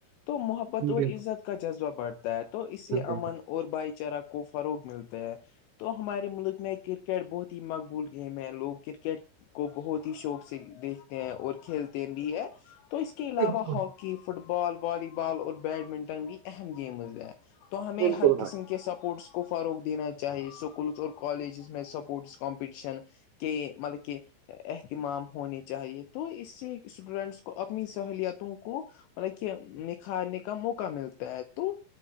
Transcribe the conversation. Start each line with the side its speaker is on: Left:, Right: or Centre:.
Left: تو محبت بط
Right: بالکل
Left: اور عزت کا جذبہ بڑھتا ہے تو اسے
Right: بالکل
Left: امن اور بھائی چارہ کو فروغ ملتا ہے تو ہمارے ملک میں ایک کرکٹ بہت ہی مقبول گیم ہے لوگ کرکٹ کو بہت ہی شوق سے دیکھتے ہیں اور کھیلتے بھی ہے تو اس اس کے علاوہ
Right: بالکل
Left: hockey football volleyball اور بیڈمنٹن بھی اہم گیمز ہیں تو ہمیں
Right: بالکل
Left: ہر قسم
Right: بھائی
Left: کے کہ سپورٹس کو فروغ دینا چاہیے اسکولس اور کالجز میں سپورٹس کمپٹیشن کہ مطلب کی اہتمام ہونے چاہیے تو اس سے اسٹوڈینٹس کو اپنی سہلیتوں کو مطلب کہ نکھارنے کا موقع ملتا ہے تو